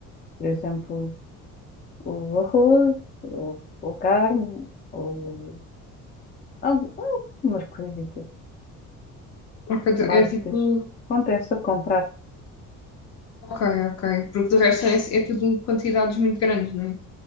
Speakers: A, on the left; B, on the left.
A: por exemplo, o arroz, ou, ou carne, ou al- algumas coisitas
B: ok, então
A: básicas.
B: é tipo,
A: Compensa comprar.
B: ok, ok, porque do resto é, é tudo quantidades muito grandes, não é?